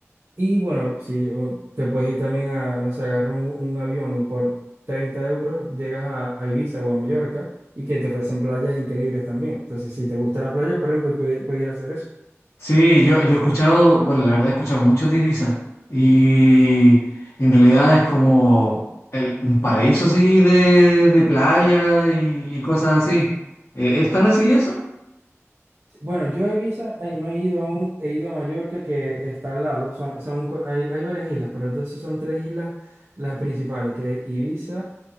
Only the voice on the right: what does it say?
Y bueno, si o te puedes ir también a, no sé, agarrar un, un avión y por 30 euros llegas a, a Ibiza o a Mallorca y que te ofrecen playas increíbles también. Entonces, si te gusta la playa, por ejemplo, pudie- pudiera hacer eso.
Sí, Bueno, yo a Ibiza eh, no he ido aún, he ido a Mallorca que está al lado, son, son, cu- hay, hay varias islas, pero entonces son tres islas las principales, que es Ibiza,